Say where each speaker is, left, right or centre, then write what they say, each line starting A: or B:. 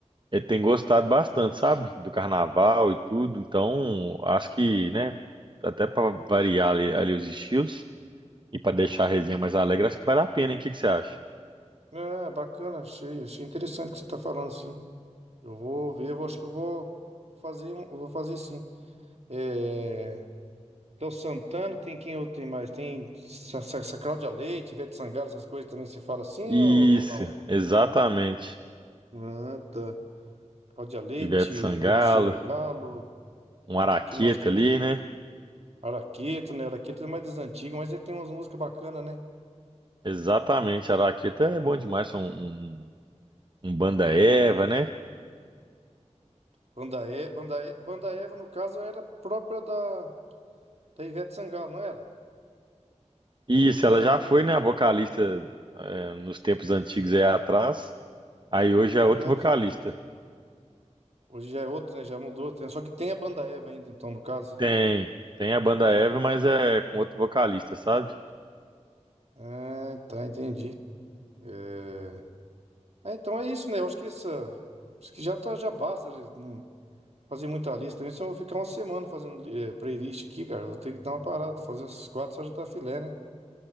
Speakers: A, on the right; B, on the right.
A: ele tem gostado bastante, sabe? Do carnaval e tudo. Então, acho que, né? Até para variar ali ali os estilos. E para deixar a resenha mais alegre, acho que vale a pena, hein? O que que você acha?
B: É, bacana, achei, achei interessante o que você está falando, sim. Eu vou ver, eu vou- acho que eu vou fazer, um- eu vou fazer sim. É, Léo Santana, tem quem outro tem mais? Tem Sa- Sa- Sa- Cláudia Leite, Ivete Sangalo, essas coisas também se fala assim ou
A: Isso,
B: não?
A: exatamente.
B: Ah, tá. Cláudia Leite,
A: Ivete Sangalo,
B: Ivete Sangalo, o
A: um Araqueta
B: que, que mais que tem?
A: ali, né?
B: Araqueto, né? Araqueto é mais das antigas, mas ele tem umas músicas bacanas, né?
A: Exatamente, Araqueta é bom demais, um, um, um banda Eva, né?
B: Banda, e... Banda, E- Banda Eva, no caso, era própria da... da Ivete Sangalo, não era?
A: Isso,
B: Banda
A: ela
B: Eva?
A: já foi, né, a vocalista é, nos tempos antigos aí atrás. Aí hoje
B: Verdade.
A: é outro vocalista.
B: Hoje já é outro, né? Já mudou. Tem- Só que tem a banda Eva ainda, então, no caso.
A: Tem, tem a banda Eva, mas é com outro vocalista, sabe?
B: Ah, tá, entendi. É... ah, então é isso, né? Eu acho que essa. Acho que já tá, já basta já não fazer muita lista. Também se eu vou ficar uma semana fazendo eh, playlist aqui, cara. Eu Vou ter que dar uma parada. Fazer essas quatro só já tá filé, né?